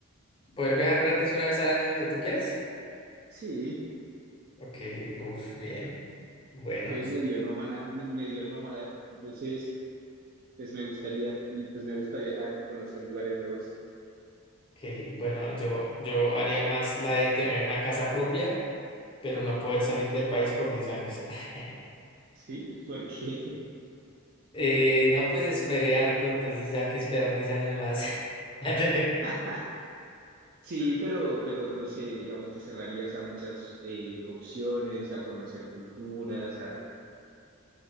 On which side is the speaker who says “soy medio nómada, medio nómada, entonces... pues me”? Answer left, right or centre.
Right